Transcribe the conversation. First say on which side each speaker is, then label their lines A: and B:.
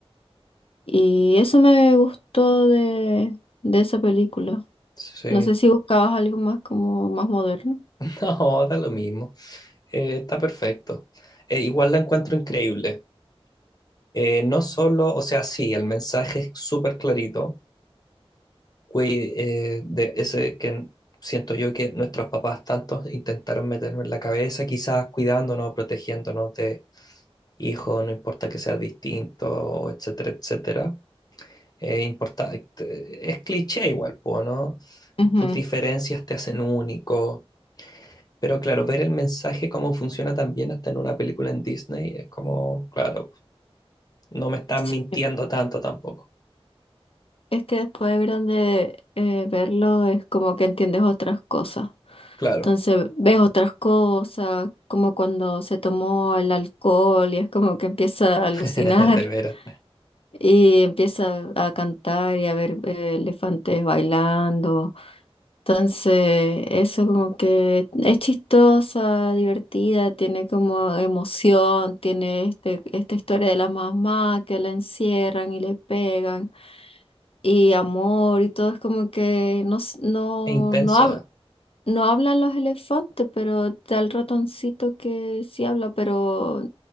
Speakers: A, on the left; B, on the left.
A: Y eso me gustó de, de esa película.
B: Sí.
A: No sé si buscabas algo más como más moderno.
B: <laughs> No, da lo mismo. Eh, está perfecto. Eh, igual la encuentro increíble. Eh, no solo, o sea, sí, el mensaje es súper clarito, güey, eh, de ese que siento yo que nuestros papás tantos intentaron meternos en la cabeza, quizás cuidándonos, protegiéndonos de hijos, no importa que seas distinto, etcétera, etcétera. Eh, importa, es cliché igual, po, ¿no?
A: Ujú.
B: Tus diferencias te hacen único. Pero claro, ver el mensaje, cómo funciona también hasta en una película en Disney, es como, claro, No me están
A: Sí.
B: mintiendo tanto tampoco.
A: Es que después de grande eh, verlo es como que entiendes otras cosas.
B: Claro.
A: Entonces ves otras cosas, como cuando se tomó el alcohol y es como que empieza a
B: <laughs>
A: alucinar
B: De veras.
A: <laughs> y empieza a cantar y a ver eh, elefantes bailando. Entonces, eso como que es chistosa, divertida, tiene como emoción, tiene este, esta historia de la mamá que la encierran y le pegan, y amor y todo, es como que no, s- no,
B: Es intenso.
A: no, hab- no hablan los elefantes, pero está el ratoncito que sí habla, pero